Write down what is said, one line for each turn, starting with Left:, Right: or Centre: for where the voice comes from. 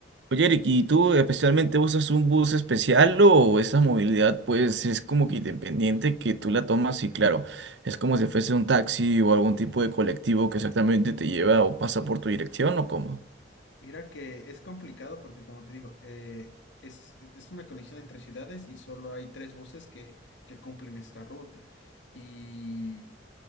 Right: Oye, Eric, ¿y tú especialmente usas un bus especial o esa movilidad pues es como que independiente que tú la tomas y claro, es como si fuese un taxi o algún tipo de colectivo que exactamente te lleva o pasa por tu dirección o cómo?
Left: Mira que es complicado porque, como te digo, eh, es, es una conexión entre ciudades y solo hay tres buses que, que cumplen esta ruta. Y